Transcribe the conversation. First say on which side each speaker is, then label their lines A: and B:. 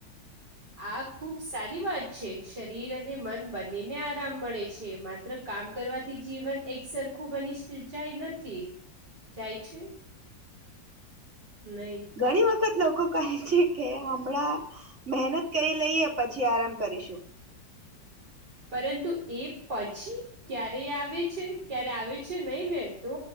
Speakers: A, on the right; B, on the right.
A: આ ખુબ સારી વાત છે શરીર અને મન બંનેને આરામ મળે છે માત્ર કામ કરવાથી જીવન એક સરખું બનીસ જાય નથી જાય છે નહી.
B: ઘણી વખત લોકો કહે છે કે હમણાં મહેનત કરી લઈએ પછી આરામ કરીશું
A: પરંતુ એ પછી ક્યારે આવે છે ક્યારે આવે છે નહીં ને તો